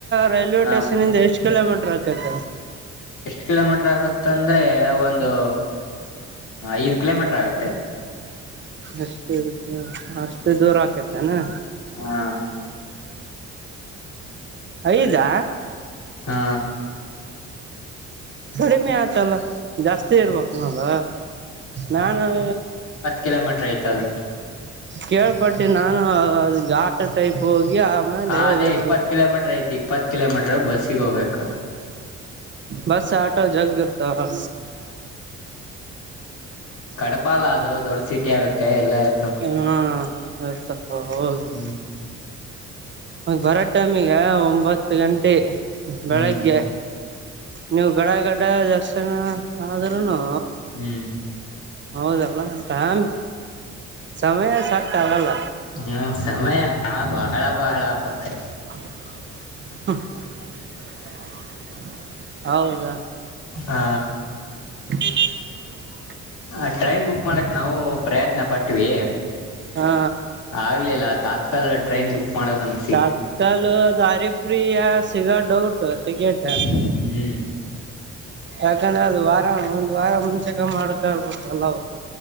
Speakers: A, on the right (about 40°); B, on the left (about 80°).
A: ರೈಲ್ವೆ
B: ಹ
A: ಸ್ಟೇಷನ್ ಇಂದ ಎಷ್ಟ್ ಕಿಲೋಮೀಟರ್ ಆಕೈತ
B: ಎಷ್ಟ್ ಕಿಲೋಮೀಟರ್ ಆಗುತ್ತ ಅಂದ್ರೆ ಒಂದು ಐದು ಕಿಲೋಮೀಟರ್ ಆಗತ್ತೆ
A: ಎಷ್ಟು ಅಷ್ಟು ದೂರ ಆಕೈತ್ತ ಅನಾ
B: ಹಾ
A: ಐದಾ
B: ಹಾ
A: ಕಡಿಮೆ ಆಯತಲ್ಲ ಜಾಸ್ತಿ ಇರ್ಬೇಕು ನೋಡ ನಾನು-
B: ಕೆಲೋಮೀಟರ್ ಆಯ್ತದು.
A: ಕೇಳ್ಪಟ್ಟೆ ನಾನು ಅದ ಆಟ ಟೈಪ್ ಹೋಗಿ ಆ- ಆಮ್ಮಾಲ
B: ಹ ಅದೇ
A: ವೇರು
B: ಇಪ್ಪತ್
A: ಬ
B: ಕಿಲೋಮೀಟರ್ ಐತಿ ಇಪ್ಪತ್ ಕಿಲೋಮೀಟರ್ ಬಸ್ಸಿಗೆ ಹೋಗ್ಬೇಕು
A: ಬಸ್ ಆಟೋ ಜಗ್ ಇರ್ತಾವ
B: ಕಡಪ ಅಲ್ಲ ಅದು ದೊಡ್ಡ ಸಿಟಿ ಆಗುತ್ತೆ ಎಲ್ಲ ಇ
A: ಏನೂ <unintelligible> ಹಾ ಹೋಗದು
B: ಹ್ಮ್
A: ಮ ಬರ ಟೈಮ್ ಈಗ ಒಂಬತ್ತು ಗಂಟೆ ಬೆಳಗ್ಗೆ
B: ಹ್ಮ್
A: ನೀವು ಗಡ ಗಡ್ಡ ದರ್ಸ್ನ ಆದ್ರೂನು
B: ಹ್ಮ್
A: ಹೌದಲ್ಲ ಟೈಮ್ ಸಮಯ ಸಟ್ ಆಗಲ್ಲ
B: ಹ್ಮ ಸಮಯ ಹ ಬಹಳ ಬಹಳ ಅಪತಾ
A: <unintelligible> ಹೌದಾ
B: ಹಾ
A: <inaudible>
B: ಹ ಟ್ರೈನ್ ಬುಕ್ ಮಾಡಕ್ ನಾವು ಪ್ರಯತ್ನ ಪಟ್ವಿ
A: ಹಾ
B: ಆಗ್ಲಿಲ್ಲ ತಾತ್ಕಾಲ ಟ್ರೈನ್ ಬುಕ್ ಮಾಡೋದು ನಮ
A: ತತ್ಕಾಲ ದಾರಿಪಿಯ ಸಿಗೋದ ಡೌಟ್ ಟಿಕೇಟ್
B: ಹ್ಮ್
A: ಯಾಕಂದ್ರೆ ಅದು ವಾರ ಒಂದ್ ವಾರ ಮುಂಚಕ ಮಾಡ್ಕರ್ಬೇಕ ಎಲ್ಲವು